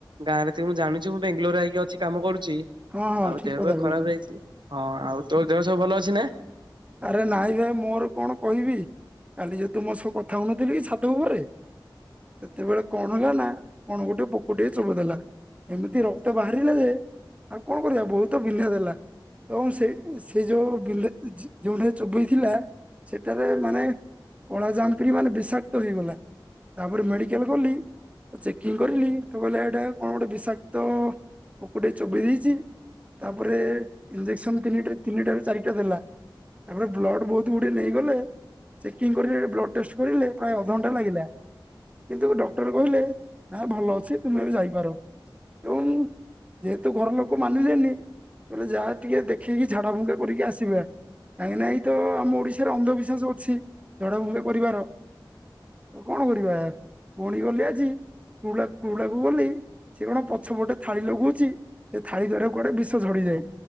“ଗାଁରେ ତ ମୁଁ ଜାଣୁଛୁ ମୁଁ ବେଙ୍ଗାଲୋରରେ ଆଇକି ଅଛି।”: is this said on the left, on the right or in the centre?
Right